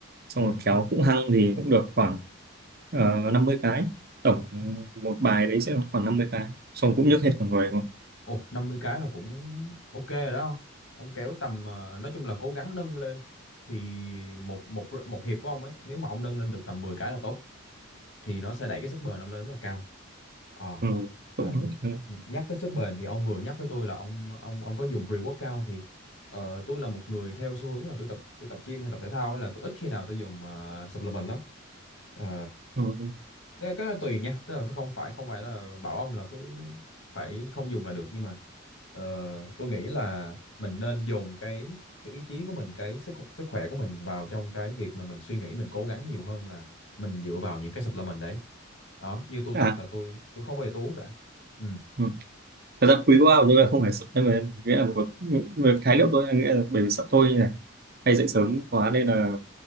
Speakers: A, on the right; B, on the left.
A: xong
B: ừ
A: rồi kéo cũng hăng thì cũng được khoảng uh, 50 cái. Tổng một bài đấy sẽ là khoảng 50 cái. Xong cũng
B: ừ.
A: nhức hết cả người luôn.
B: ồ 50 cái là cũng ok rồi đó không ông kéo tầm ờ, nói chung là cố gắng nâng lên thì một một một hiệp của ông ấy nếu mà ông nâng lên được tầm 10 cái là tốt thì nó sẽ đẩy cái sức bền ông lên rất là cao Ờ,
A: Ừ.
B: ờ,
A: Cũng,
B: nh-
A: ừ.
B: nh- nhắc tới sức bền thì ông vừa nhắc với tôi là ông ông ông có dùng pre-workout thì ờ, tôi là một người theo xu hướng là tôi tập tôi tập gym hay tập thể thao ấy là tôi ít khi nào tôi dùng uh, supplement lắm. Ờ,
A: ừ.
B: cái cái đó tùy nha tức là tôi không phải không phải là bảo ông là cứ phải không dùng là được nhưng mà ờ, tôi nghĩ là mình nên dồn cái cái ý chí của mình cái sức sức khỏe của mình vào trong cái việc mà mình suy nghĩ mình cố gắng nhiều hơn là mình dựa vào những cái supplement đấy đó như tôi
A: À,
B: tập là tôi tôi không bao giờ tôi uống cả ừ
A: ừ. Thật ra pre-workout của tôi là không phải supplement, nghĩa là một, một, một khái niệm tôi là nghĩa là bởi vì sợ tôi như này hay dậy sớm quá nên là